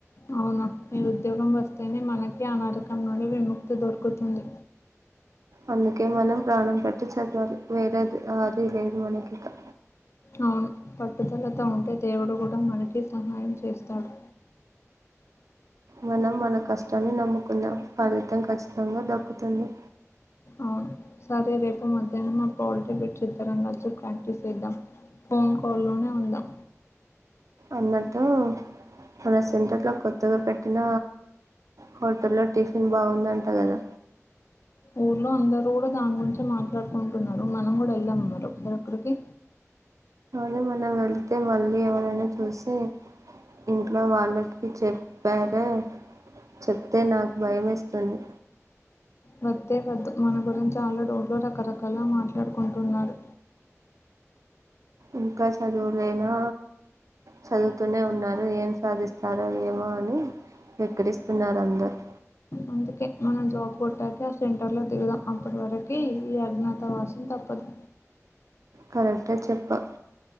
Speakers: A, on the left; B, on the right.
A: అవునా మీ ఉద్యోగం వస్తేనే మనకి అ నరకం నుండి విముక్తి దొరుకుతుంది
B: అందుకే మనం ప్రాణం పెట్టి చదలి వేరది ఆది లేదు మనకిిక
A: అవును పట్టుదలతో ఉంటే దేవుడు కూడా మనకి సహాయం చేస్తాడు
B: మనం మన కష్టాన్ని నమ్ముకుందాం ఫలితం ఖచ్చితంగా దక్కుతుంది
A: అవును సరే రేపు మధ్యానం మా పాల్టి బిట్స్ ఇద్దరం కలిసి ప్రాక్టీస్ చేద్దాం ఫోన్ కాల్లోనే ఉందాం
B: అన్నట్టు మన సెంటర్లో కొత్తగా పెట్టిన హోటల్లో టిఫిన్ బాగుందంట కదా
A: ఊర్లో అందరు కూడా దాని గురించే మాట్లాడుకుంటున్నారు మనం కూడా వెళ్దామా మరి ఒకసారి అక్కడికి
B: అనీ మనం వెళ్తే మళ్ళీ ఎవరైనా చూసి ఇంట్లో వాళ్ళకి చెప్పారే చెప్తే నాకు భయం ఎస్తుంది
A: వద్దే వద్దు మన గురించి ఆల్రెడీ ఒకోరు రకరకాలుగా మాట్లాడుకుంటున్నారు
B: ఇంకా చదువులేనా చదువుతూనే ఉన్నారు ఏం సాధిస్తారో ఏమో అని వెక్కిరిస్తున్నారు అందరు
A: అందుకే మనం జాబ్ కొట్టాక సెంటర్లో దిగుదాం అప్పటి వరికి ఈ అజ్ఞాతావాసం తప్పదు
B: కరెక్టే చెప్పావ్